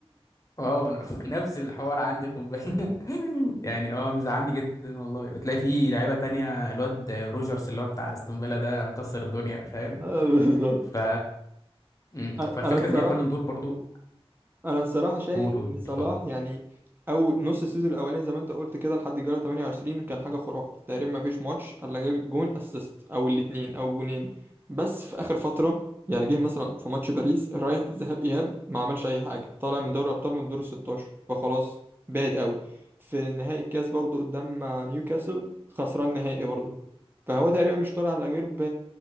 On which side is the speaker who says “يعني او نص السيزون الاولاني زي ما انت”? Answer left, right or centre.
Right